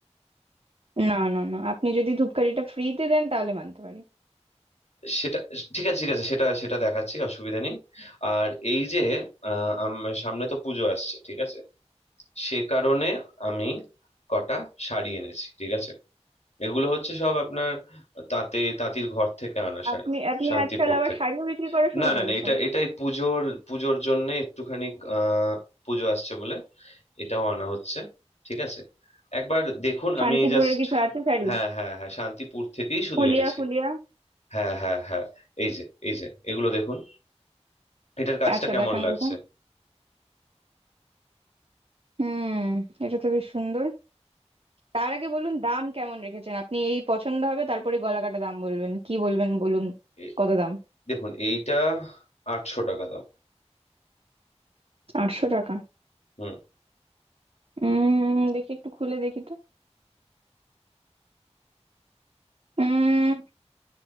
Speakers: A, on the right (about 55°); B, on the left (about 70°).
A: না না না আপনি যদি ধূপকাঠিটা ফ্রিতে দেন তাহলে মানতে পারি
B: সেটা ঠিক আছে ঠিক আছে সেটা সেটা দেখাচ্ছি অসুবিধা নেই আর এই যে আহ, আম- সামনে তো পুজো আসছে ঠিক আছে সে কারণে আমি কটা শাড়ি এনেছি ঠিক আছে এগুলো হচ্ছে সব আপনার তাঁতে তাঁতির ঘর থেকে আনা শাড়ি
A: আপনি আপনি
B: শান্তিপুর
A: আজকাল আবার
B: থেকে
A: শাড়িও বিক্রি করা শুরু
B: না না
A: করেছেন
B: না এটা এটাই পুজোর পুজোর জন্য একটুখানি আহ পুজো আসছে বলে এটাও আনা হচ্ছে ঠিক আছে একবার দেখুন
A: শান্তিপুরের
B: আমি জাস্ট
A: কিছু আছে শাড়ি
B: হ্যাঁ হ্যাঁ হ্যাঁ শান্তিপুর থেকেই শুধু
A: ফুলিয়া
B: এনেছি
A: ফুলিয়া
B: হ্যাঁ হ্যাঁ হ্যাঁ এই যে এই যে এগুলো দেখুন এটার কাজটা
A: আচ্ছা
B: কেমন
A: দেখান
B: লাগছে
A: দেখুন হুম এটা তো বেশ সুন্দর তার আগে বলুন দাম কেমন রেখেছেন আপনি এই পছন্দ হবে তারপরে গলাকাটা দাম বলবেন কি বলবেন বলুন
B: এ-
A: কত দাম
B: দেখুন এইটা আটশো টাকা দাম
A: আটশো টাকা
B: হুম
A: উম দেখি একটু খুলে দেখি তো উম